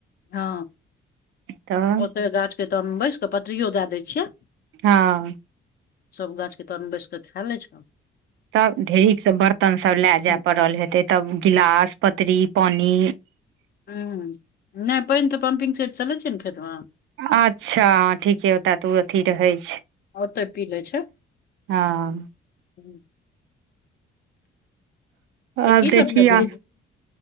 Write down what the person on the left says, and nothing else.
हँ
ओतहि गाछके तहन बैसि कऽ पतरिओ दए दै छियै
सब गाछके तर मे बैस कऽ खा लै छै
हूं
हूँ नहि पानि तऽ पम्पिंग सेट स लैछि ने खेतमे
आओ तऽ पी ले छै
ह त
की
समझ दे